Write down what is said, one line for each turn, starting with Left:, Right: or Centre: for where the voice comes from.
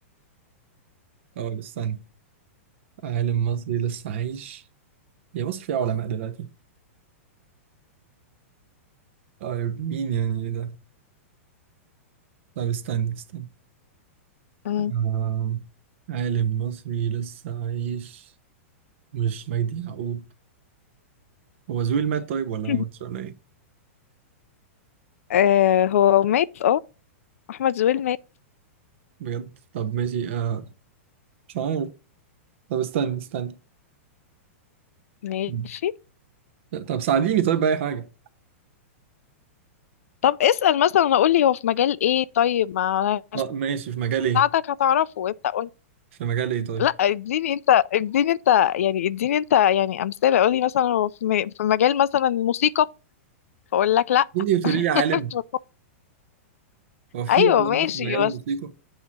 Right: أه استنى عالم مصري لسه عايش يا مصر فيها علماء دلوقتي طيب مين يعني إيه ده؟ طب استنى استنى
Left: مم.
Right: آه... عالم مصري لسه عايش مش مجدي يعقوب هو زويل مات طيب ولا
Left: <laughs>
Right: ما ماتش ولا ايه
Left: آه هو مات اه احمد زويل مات
Right: بجد طب ماشي آه... مش عارف طب استنى استنى
Left: ماشي
Right: مم. طب ساعديني طيب بأي حاجة
Left: طب اسأل مثلا اقول لي هو في مجال ايه طيب ما انا
Right: اه ماشي في مجال ايه؟
Left: ساعدك هتعرفه انت قول
Right: في مجال ايه طيب؟
Left: لا اديني انت اديني انت يعني اديني انت يعني امثله قول لي مثلا هو في م- في مجال مثلا الموسيقى فاقول لك لا
Right: مين اللي بتقولي
Left: <laughs>
Right: لي عالم؟ هو في
Left: ايوه
Right: علماء
Left: ماشي
Right: في مجال
Left: بس
Right: الموسيقى؟